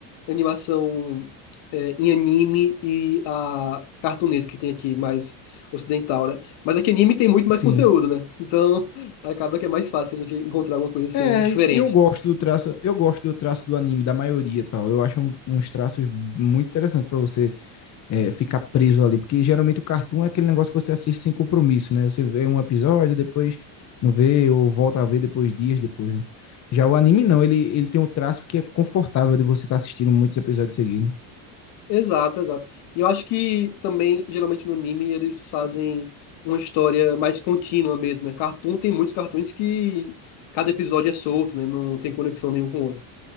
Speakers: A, on the left; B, on the left.
A: animação é, em anime e a cartunesa que tem aqui, mais ocidental, né? Mas aqui anime tem muito mais
B: Sim.
A: conteúdo, né? <laughs> Então acaba que é mais fácil a gente encontrar alguma coisa assim
B: É,
A: diferente.
B: eu gosto do traço, eu gosto do traço do anime, da maioria e tal. Eu acho um- uns traços muito interessantes pra você é, ficar preso ali, porque geralmente o cartoon é aquele negócio que você assiste sem compromisso, né? Você vê um episódio, depois não vê, ou volta a ver depois, dias depois, né? Já o anime não, ele, ele tem um traço que é confortável de você estar assistindo muitos episódios seguidos.
A: Exato, exato. E eu acho que também, geralmente no anime, eles fazem uma história mais contínua mesmo, né? Cartoon tem muitos cartoons que cada episódio é solto, né? Não tem conexão nenhum com o outro.